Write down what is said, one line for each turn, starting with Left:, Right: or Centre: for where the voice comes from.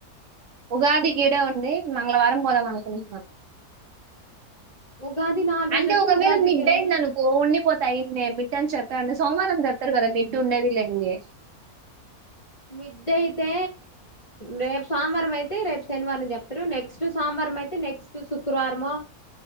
Right: ఉగాది ఇడే ఉండి మంగళవారం పోదామనుకుంటున్నా
Left: ఉగాది నాలుగు
Right: అంటే
Left: రోజులు వస్తే
Right: ఒకవేళ
Left: ఉగాదికి
Right: మిడ్
Left: ఏడని
Right: అయింది అనుకో ఉండిపోత్ టైం నే మిడ్ అని చెప్పాడి సోమవారం చెప్తారు కదా మిడ్డు ఉండేది లేంది
Left: మిడ్ అయితే రేపు సోమవారం అయితే రేపు శనివారం చెప్తారు నెక్స్ట్ సోమవారం అయితే నెక్స్ట్ శుక్రవారమో